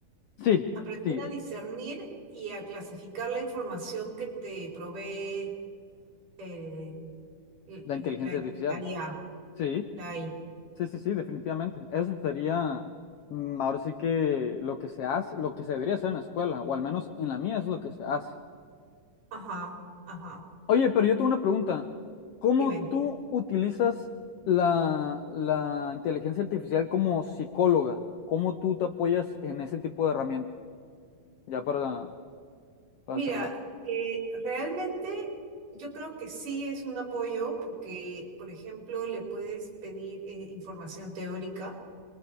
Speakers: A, on the left; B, on the right.
A: Sí,
B: Aprender
A: sí,
B: a discernir y a clasificar la información que te provee eh, l-
A: La
B: l-
A: inteligencia
B: la, e,
A: artificial.
B: la IA,
A: Sí,
B: la AI.
A: sí, sí, sí, definitivamente. Eso sería, mm, ahora sí que lo que se hace, lo que se debería hacer en la escuela, o al menos en la mía es lo que se hace.
B: Ajá, ajá.
A: Oye, pero yo tengo una pregunta. ¿Cómo
B: Dime.
A: tú utilizas la, la inteligencia artificial como psicóloga? ¿Cómo tú te apoyas en ese tipo de herramienta? Ya para, para
B: Mira,
A: cerrar.
B: eh, realmente yo creo que sí es un apoyo porque, por ejemplo, le puedes pedir eh, información teórica